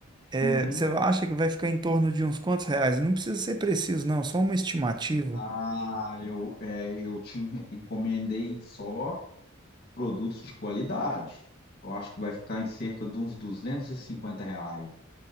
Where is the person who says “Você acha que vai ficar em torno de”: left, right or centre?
Right